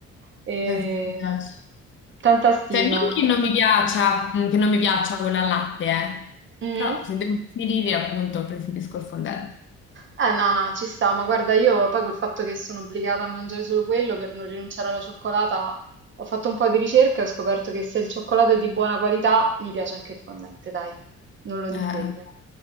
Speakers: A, on the right; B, on the left.
A: Eh,
B: Eh, sì, mi piace.
A: tanta stima.
B: Cioè, non che non mi piaccia, che non mi piaccia quella al latte, eh.
A: Mhm.
B: Però se devo preferire, appunto, preferisco il fondente.
A: Eh no, no, ci sta, ma guarda, io poi col fatto che sono obbligata a mangiare solo quello per non rinunciare alla cioccolata, ho fatto un po' di ricerca e ho scoperto che se il cioccolato è di buona qualità, mi piace anche il fondente, dai, non lo disdegno.
B: Eh,